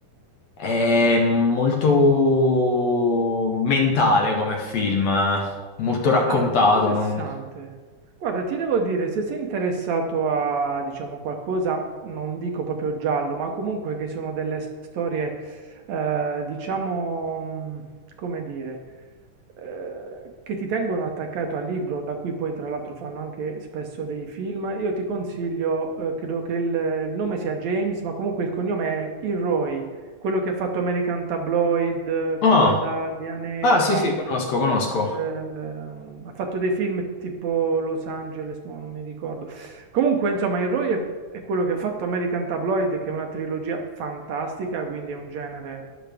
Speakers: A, on the left (about 65°); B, on the right (about 70°).
A: È molto mentale come film, eh. molto raccontato.
B: Ah, interessante.
A: non-
B: Guarda, ti devo dire, se sei interessato a, diciamo, qualcosa, non dico proprio giallo, ma comunque che sono delle storie, eh, diciamo, mm, come dire, eh, che ti tengono attaccato al libro, da cui poi tra l'altro fanno anche spesso dei film. Io ti consiglio, eh, credo che il, il nome sia James, ma comunque il cognome è Ilroy, quello che ha fatto American Tabloid,
A: Ah,
B: La Dahlia Nera,
A: ah, sì, sì, conosco, conosco.
B: Ehm, ha fatto dei film tipo Los Angeles, ma non mi ricordo. Comunque, insomma, il Roy è, è quello che ha fatto American Tabloid, che è una trilogia fantastica, quindi è un genere